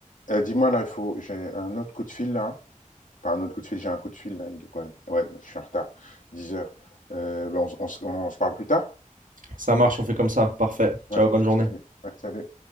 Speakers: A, on the left; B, on the right.
A: euh, dis-moi, là, il faut, j'ai un autre coup de fil, là. Pas un autre coup de fil, j'ai un coup de fil, là. Il est quoi? Ouais, je suis en retard. dix heures. Euh, ben, on, s- on s- on se parle plus tard?
B: Ça marche, on fait comme ça. Parfait. Ciao,
A: Ouais,
B: bonne journée.
A: salut. Ouais, salut.